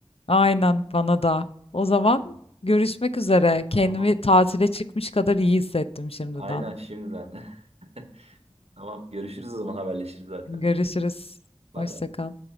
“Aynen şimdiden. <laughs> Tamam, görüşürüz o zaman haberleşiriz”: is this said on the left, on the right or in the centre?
Right